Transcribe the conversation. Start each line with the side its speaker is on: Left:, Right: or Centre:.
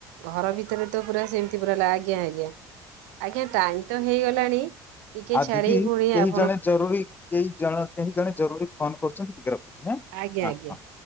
Right: ଘର ଭିତର ତ ପୁରା ସେମିତି ପୁରା, ଆଜ୍ଞା ଆଜ୍ଞା ଆଜ୍ଞା ଟାଇମ ତ ହେଇଗଲାଣି, ଟିକେ
Left: ଆଉ
Right: ଛାଡିକି
Left: ଦିଦି
Right: ପୁଣି
Left: କେହି
Right: ଆପ୍
Left: ଜଣେ ଜରୁରୀ, କେଇ ଜଣ କେହି ଜଣେ ଜରୁରୀ ଫୋନ କରୁଛନ୍ତି ଟିକେ ରଖୁଛି ହଁ
Right: ଆଜ୍ଞା
Left: ହଁ
Right: ଆଜ୍ଞା
Left: ହଁ।